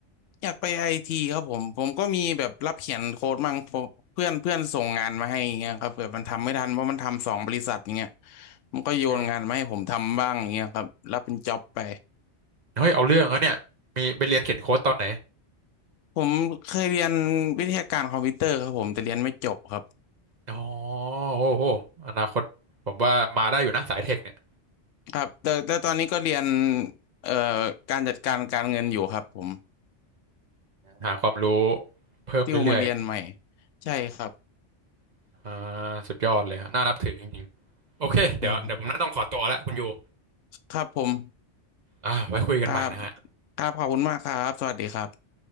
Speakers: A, on the left; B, on the right.
A: อยากไปไอทีครับผมผมก็มีแบบรับเขียนโค้ดมั่งผมเพื่อนเพื่อนส่งงานมาให้อย่างเงี้ยครับแบบมันทำไม่ทันเพราะมันทำสองบริษัทอย่างเงี้ยมันก็โยนงานมาให้ผมทำบ้างอย่างเงี้ยครับรับเป็นจ็อบไป
B: อืมเฮ้ยเอาเรื่องนะเนี่ยมีไปเรียนเขียนโค้ดตอนไหน
A: ผมเคยเรียนวิทยาการคอมพิวเตอร์ครับผมแต่เรียนไม่จบครับ
B: อ๋อโอ้โหอนาคตผมว่ามาได้อยู่นะสายเทคเนี่ย
A: ครับแต่แต่ตอนนี้ก็เรียนเอ่อการจัดการการเงินอยู่ครับผม
B: หาความรู้เพิ่มเรื่อย
A: ติวมาเรียนใหม่ใช่ครับ
B: ๆอ่าสุดยอดเลยฮะน่านับถือจริงๆโอเคเดี๋ยวเดี๋ยวผมน่าต้องขอตัวแล้วคุณยู
A: อ่าครับผม
B: อ่าไว้คุยกันใหม่นะฮะ
A: ครับครับ ขอบคุณมากครับ สวัสดีครับ